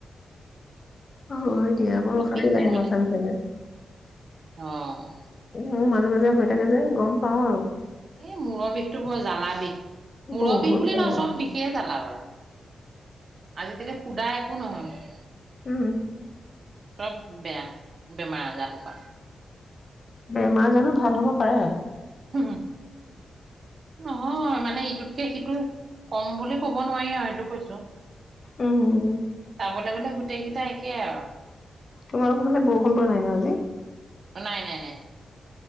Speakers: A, on the left; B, on the right.
A: হয় দিয়া বৰ অশান্তি লাগে
B: হয় মানে
A: মাথা বিষালে
B: অ',
A: মোৰ মাজে মাজে হৈ থাকে যে গম পাওঁ আৰু।
B: এই মূৰৰ বিষটো ব জ্বালা দেই মূৰৰ
A: বহুত
B: বিষ বুলি
A: জেগা
B: নহয়। চব বিষেই জ্বালা বাৰু আজি কালি সূদা একো নহয়।
A: উম
B: চব বেয়া বেমাৰ আজাৰ সোপা।
A: বেমাৰ জানো ভাল হ'ব পাৰে।
B: উম নহয় মানে ইটোতকে সিটো কম বুলি ক'ব নোৱাৰি আৰু এইটো কৈছো।
A: উম
B: গোটেই মানে গোটেইকেইটা একেই আৰু।
A: তোমালোকৰ পিনে বৰষুণ পৰা নাই ন আজি।
B: নাই নাই -নাই